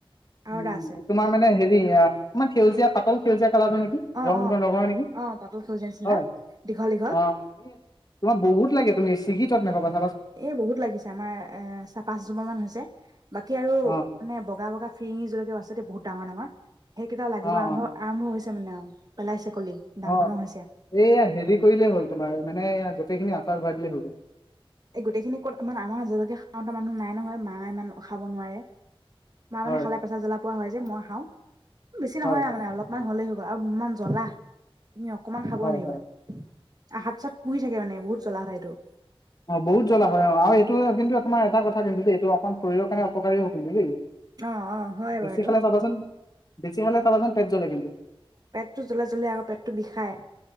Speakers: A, on the right; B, on the left.
A: আৰু
B: উম
A: এটা আছে
B: তোমাৰ মানে হেৰি অকমান সেউজীয়া পাতল সেউজীয়া কালাৰটো নেকি,
A: অ
B: ৰংটো
A: অ
B: <unintelligible> নেকি
A: অ পাতল সেউজীয়া নিচিনা
B: হয় অ',
A: দীঘল দীঘল
B: তোমাৰ বহুত লাগে। তুমি <unintelligible> তাত নাযাবা।
A: এ বহুত লাগিছে আমাৰ এ চাহ পাঁচ জোপা মান হৈছে। বাকী আৰু
B: অ
A: মানে বগা বগা ফিৰিঙি জলকীয়াও আছে দে বহুত ডাঙৰ-ডাঙৰ। সেইকেইটাও লাগিব
B: অ
A: আৰম্ভ,
B: অ
A: আৰম্ভ হৈছে। <unintelligible> ডাঙৰ
B: অ',
A: ডাঙৰ হৈছে
B: এইয়া হেৰি কৰিলেই হ'ল তোমাৰ মানে এয়া সেইখিনি আচাৰত ভৰাই দিলে হ'ব।
A: এই গোটেইখিনি ক'ত আমাৰ হাজলৈকে খাওঁতা মানুহ নাই নহয় মা ইমান খাব নোৱাৰে। মা
B: হয়
A: মানে খালে পেছাব জ্বলা পোৰা হয় যে মই খাওঁ, বেছি
B: হয়
A: নহয় মানে অলপমান হ'লেই। অ' আৰু ইমান জলা। তুমি অকমান খাব
B: হয়
A: নোৱাৰিবা,
B: হয়।
A: হাত চাত পুৰি থাকে মানে বহুত জ্বলা হয়। <unintelligible>
B: অ'বহুত জ্বলা হয় অ' আৰু এইটো কিন্তু আপোনাৰ এটা কথা কিন্তু দেই এইটো অকণ শৰীৰৰ কাৰণে অপকাৰী হ'ব কিন্তু দেই।
A: অ', অ', হয়
B: বেছি
A: বাৰু এইটো।
B: খালে চাবাচোন বেছি হ'লে চাবাচোন পেট জ্বলে কিন্তু।
A: পেটটো জ্বলে জ্বলেই আকৌ পেটটো বিষাই।